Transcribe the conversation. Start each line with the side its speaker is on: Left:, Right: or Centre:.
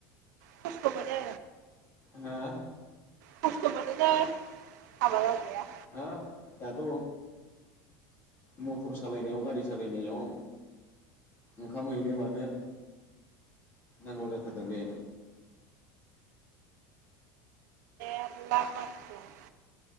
Right: खस्थ' मोनो
Left: हा?
Right: खस्थ' मोनोलै हाबा जाजाया।
Left: हाब दाथ' मटर सालायनायाव गारि सालायनायाव ओंखाम हैनो मानो नांगौ जाथारदों बे
Right: <unintelligible>